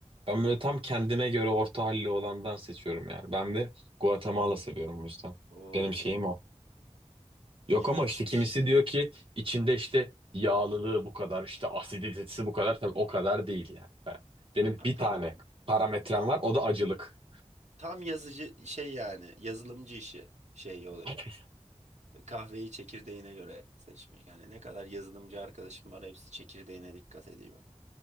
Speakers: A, on the right; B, on the right.
A: Ben böyle tam kendime göre orta halli olandan seçiyorum yani. Ben de Guatemala seviyorum bu yüzden.
B: Oo.
A: Benim şeyim o. Yok
B: İlginçmiş.
A: ama işte kimisi diyor ki içinde işte yağlılığı bu kadar, işte asiditesi bu kadar. Tabii o kadar değil yani. Ben- Benim
B: Abi
A: bir tane
B: tam
A: parametrem
B: tam
A: var, o da acılık.
B: tam yazıcı şey yani yazılımcı işi şey olayı.
A: <laughs>
B: Kahveyi çekirdeğine göre seçmek. Yani ne kadar yazılımcı arkadaşım var hepsi çekirdeğine dikkat ediyor.